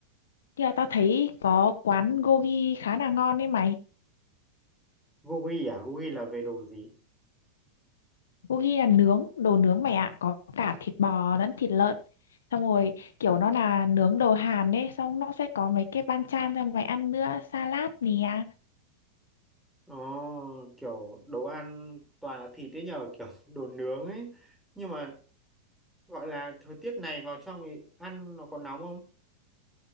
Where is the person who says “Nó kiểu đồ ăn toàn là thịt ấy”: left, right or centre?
Centre